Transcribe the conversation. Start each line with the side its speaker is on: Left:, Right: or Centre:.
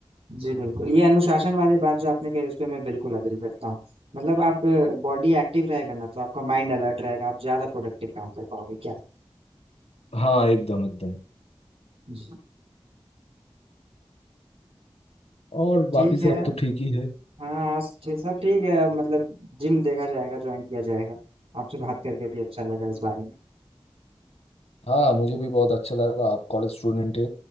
Right: जी बिल्कुल ये अनुशासन वाली बात जो आपने कही उस पर मैं बिल्कुल अग्री करता हूँ मतलब आप बॉडी एक्टिव रहेगा ना तो आपका माइंड अलर्ट रहेगा आप ज्यादा प्रोडक्टिव काम कर पाओगे क्या
Left: हाँ एकदम एकदम
Right: जी।
Left: और
Right: ठीक
Left: बाकी सब
Right: है
Left: तो ठीक ही है
Right: हाँ ठीक- सब ठीक है मतलब जिम देखा जाएगा ज्वाइन किया जाएगा आपसे बात करके भी अच्छा लगा इस बारे में
Left: हाँ मुझे भी बहुत अच्छा लगा आप कॉलेज स्टूडेंट है